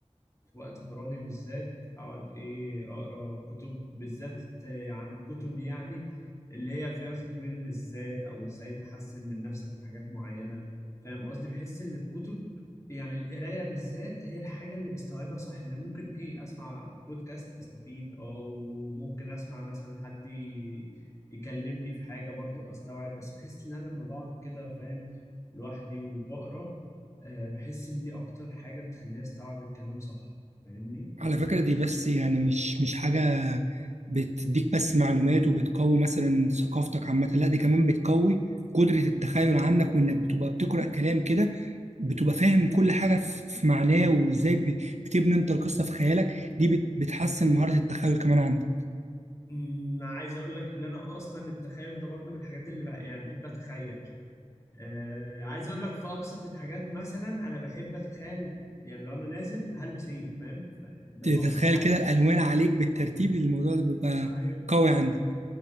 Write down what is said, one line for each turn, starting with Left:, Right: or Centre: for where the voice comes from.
Left: وقت فراغي بالذات اقعد ايه اقرا كتب بالذات عن الكتب يعني اللي هي فيها تطوير للذات او ازاي تحسن من نفسك في حاجات معينة فاهم قصدي بحس ان الكتب يعني القراية بالذات هي الحاجة اللي بستوعبها صح يعني ممكن ايه اسمع بودكاست استفيد او ممكن اسمع مثلا حد ي- يكلمني في حاجة برضو استوعب بس بحس ان انا لما بقعد كده فاهم لوحدي وبقرا آه، بحس ان دي اكتر حاجة بتخليني استوعب الكلام صح فاهمني
Right: على فكرة دي بس يعني مش مش حاجة بتديك بس معلومات وبتقوي مثلا ثقافتك عامة لا دي كمان بتقوي قدرة التخيل عندك وإنك بتبقى بتقرأ كلام كده بتبقى فاهم كل حاجة في في معناه وإزاي ب- بتبني أنت القصة في خيالك دي بت- بتحسن مهارة التخيل كمان عندك
Left: أمم، عايز اقول لك ان انا اصلا التخيل ده برضه من الحاجات اللي بح يعني بحب اتخيل آه عايز اقول لك في ابسط الحاجات مثلا انا بحب اتخيل يعني لو انا نازل هلبس ايه فاهم ف- ده
Right: ت-
Left: في
Right: تتخيل
Left: ابسط حاجه
Right: كده الألوان عليك بالترتيب الموضوع ده بيبقى
Left: ايوه
Right: قوي عندك